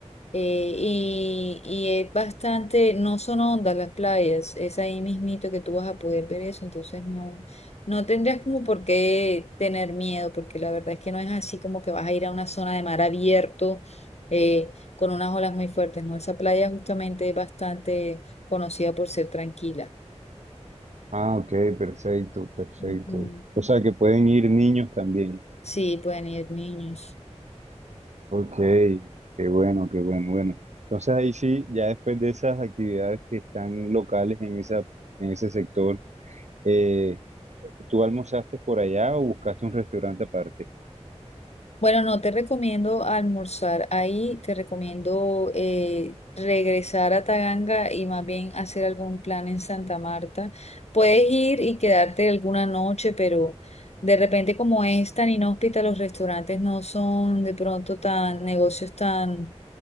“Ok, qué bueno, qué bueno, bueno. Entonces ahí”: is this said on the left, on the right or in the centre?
Right